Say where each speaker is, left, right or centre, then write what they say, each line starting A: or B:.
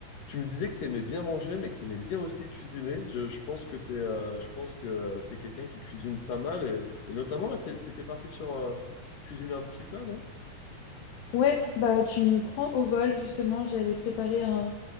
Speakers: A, on the left (about 60°); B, on the left (about 85°).
A: Tu me disais que tu aimais bien manger, mais que tu aimais bien aussi cuisiner. Je, je pense que tu es, je pense que euh, t'es quelqu'un qui cuisine pas mal. Et, et notamment, là, tu étais parti sur euh, cuisiner un petit plat, non?
B: Ouais, bah tu me prends au vol justement, j'allais préparer un,